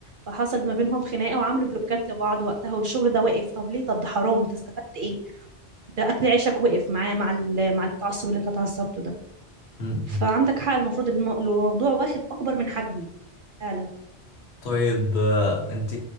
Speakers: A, on the right; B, on the left.
A: فحصل ما بينهم خناقه وعملوا بلوكات لبعض وقتها والشغل ده وقف طب ليه طب ده حرام انت استفدت ايه ده اكل عيشك وقف معاه مع ال- مع التعصب اللي انت اتعصبته ده
B: مم.
A: فعندك حق المفروض الم- الموضوع واخد اكبر من حجمه فعلا
B: طيب آه، انت